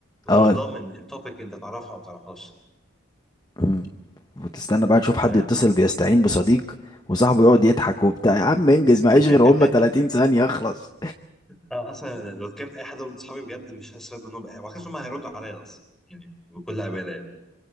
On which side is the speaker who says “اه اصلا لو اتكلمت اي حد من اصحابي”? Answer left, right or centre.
Centre